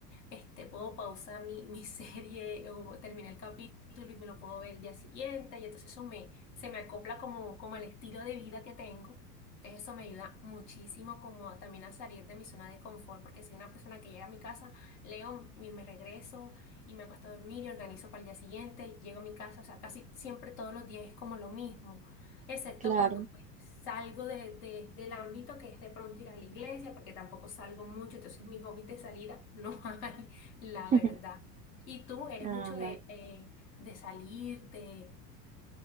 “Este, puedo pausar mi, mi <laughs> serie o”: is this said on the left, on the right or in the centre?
Left